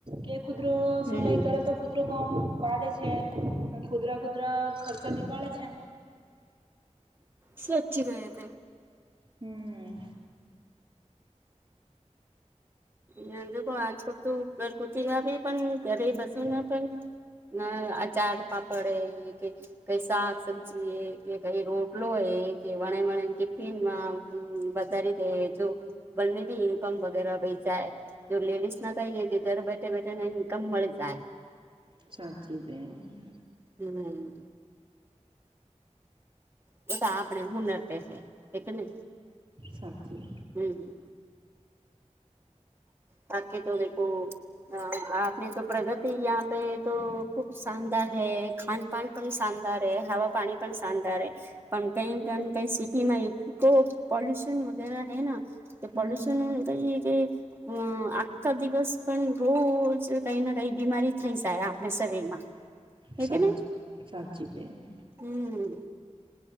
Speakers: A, on the right; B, on the right.
A: કે ખુદરો સિલાઈ
B: હમ
A: કરે તો ખુદરો કોમ કાઢે છે. ને ખુદરા ખુદરા ખર્ચો નીકાળે છે.
B: સચ્ચી વાત.
A: હમ્મ.
B: ને દેખો આજકલ તો ઘરગુથી ના આવી પણ ઘરે બેસું ના પણ ના ના અચાર પાપડે રે કે કઈ શાક, સબ્જી એ કે કઈ રોટલો એ કે વણે-વણે ટિફિનમાં હમ્મ વધારી દે જો બને ઇન્કમ વગેરા <unintelligible> તો લેડીસ ના કઈએ કે ઘર બેઠા-બેઠા કાઈ ઇન્કમ મળી જાય.
A: સાચી બેન.
B: હમ્મ. વો તો આપણે હુનર પે હે. હે કે ને?
A: સાચી
B: હમ્મ-હમ્મ, બાકી તો દેખો <unintelligible> અહ આપની તો પ્રગતિ યહાં પે તો ખુબ શાનદાર હૈ, ખાનપાન પણ શાનદાર ર હૈ, હવા પાણી પન શાનદાર હૈ, પન <unintelligible> સિટીમાં એ તો પોલ્યુશન વગેરા હૈ ના, કે
A: હમ
B: પોલ્યુશન કઈ એ કે અહ આખા દિવસ પણ રોજ જ કઈ ના કઈ બીમારી થઈ જાય આપણે શરીર માં. હે
A: સાચી
B: કે નહી?
A: સાચી બેન
B: હમ્મ.